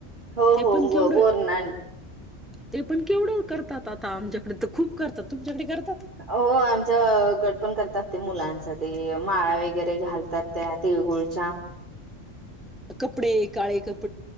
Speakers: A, on the right; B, in the centre.
A: हो
B: ते
A: हो
B: पण
A: ब
B: केवढं
A: बोर ना
B: ते पण केवढं करतात आता आमच्याकडे तर खूप करतात तुमच्याकडे करात
A: हो आमच्या कड पण करतात ते मुलांच ते माळा वगैरे न. घालतात त्या तळगुळच्या.
B: कपडे काळे कप